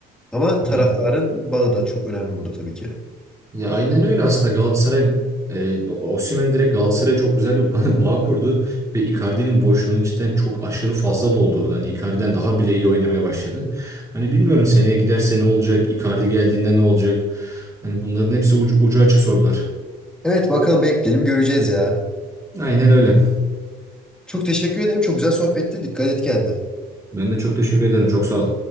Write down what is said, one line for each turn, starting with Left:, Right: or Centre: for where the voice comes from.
Centre: Ama taraftarın
Right: Ya.
Centre: bağı da çok önemli burada tabii ki.
Right: Ya aynen öyle aslında Galatasaray e, Osimhen direkt Galatasaray'a çok güzel bir <laughs> ba- bağ kurdu ve Icardi'nin boşluğunu cidden çok aşırı fazla doldurdu. Hani Icardi'den daha bile iyi oynamaya başladı. Hani bilmiyorum seneye giderse ne olacak? Icardi geldiğinde ne olacak? Hani bunların hepsi ucu, ucu açık sorular.
Centre: Evet bakalım bekleyelim göreceğiz ya.
Right: Aynen öyle.
Centre: Çok teşekkür ederim. Çok güzel sohbetti. Dikkat et kendine.
Right: Ben de çok teşekkür ederim. Çok sağ ol.